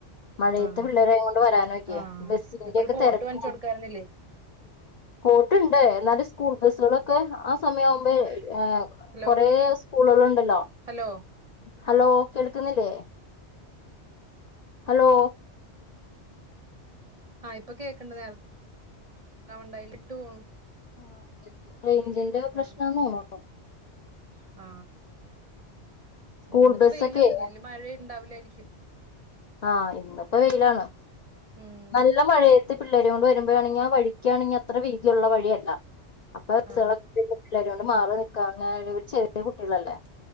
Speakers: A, on the left; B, on the right.
A: മഴയത്ത്
B: ആഹ്
A: പിള്ളേരായ കൊണ്ട് വരാനൊക്കെ
B: ആഹ്
A: ബസിന്റെക്കെ
B: അപ്പൊ ഒരു കോട്ട്
A: തിരക്കും
B: വാങ്ങിച്ചു കൊടുക്കായിരുന്നില്ലേ
A: പോട്ടുണ്ട് എന്നാല് സ്കൂൾ ബസുകളൊക്കെ ആ സമയം ആവുമ്പ് ഏ...
B: ഹലോ
A: കൊറ സ്കൂളുകളുണ്ടല്ലോ
B: ഹലോ
A: ഹലോ കേൾക്കുന്നില്ലേ ഹലോ
B: ആ ഇപ്പൊ കേക്കണ്ട് നേരത്തെണ്ടായി ഇട്ടു പോണു
A: ആ എ റേഞ്ചിന്റെ
B: ആ
A: പ്രശ്നംന്ന് ഓുന്നു
B: ആ
A: സ്കൂൾ
B: ഇന്നിപ്പോ
A: ബസ്സൊക്കെ
B: വെയിലുണ്ടന്ന് വല് മഴ ഇണ്ടാവില്ലായിരിക്കും
A: ആ ഇന്നപ്പോ വെയിലാണ്
B: ഉം
A: നല്ല മഴ പിള്ളേരെ കൊണ്ട് വരുമ്പോയാണെങ്കിൽ ആ വഴിക്കാണെങ്കിൽ അത്ര വീതിയുള്ള വഴിയല്ല <unintelligible>
B: ആ
A: മാറി നിക്കാ പറഞ്ഞാ അവര് ചെറിയ കുട്ടികളല്ലേ